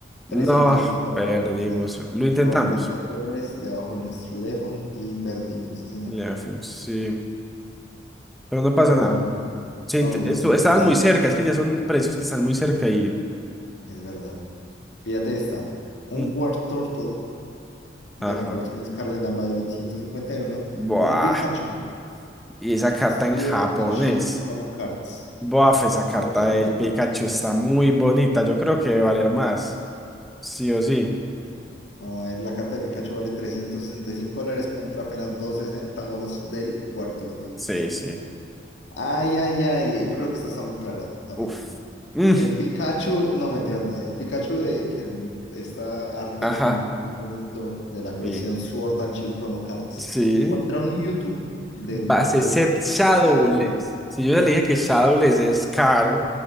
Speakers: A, on the left; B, in the centre.
A: 302
B: No,
A: dólares
B: perdimos.
A: más.
B: Lo intentamos.
A: noventa y cuatro dólares debajo de nuestro teléfono y perdimos, sí, señor.
B: Leafeon, sí. pero no pasa
A: Pero
B: nada.
A: bueno,
B: Se
A: vamos,
B: int- estu- estaban
A: no estaría
B: muy cerca,
A: mal, ¿no?
B: es que ya son precios que están muy cerca y...
A: Es verdad. Fíjate esta, un
B: mm,
A: War Turtle de
B: Ajá.
A: la colección Scarlet and Violet 151
B: Buah.
A: o un Pikachu
B: Y esa carta
A: Sword
B: en japonés.
A: and Shield Promo Cards.
B: Buah, esa carta
A: Se ve muy especial.
B: del Pikachu está muy bonita. Yo creo que debe valer más. Sí o sí.
A: Sí. Vamos a ver, la carta de Pikachu vale 365 dólares contra apenas 2 centavos del War Turtle.
B: Sí, sí.
A: Ay, ay, ay, yo creo que esta está muy clara también.
B: Uf. Mm,
A: El Pikachu, no, mentiras, no sé. El Pikachu de que está arte
B: Ajá.
A: muy, muy bonito de la colección
B: Sí.
A: Sword and Shield Promo Cards
B: Sí.
A: contra un Mewtwo de
B: Base
A: 20
B: set Shadowless.
A: dobles
B: Si yo ya le dije que Shadowless es caro,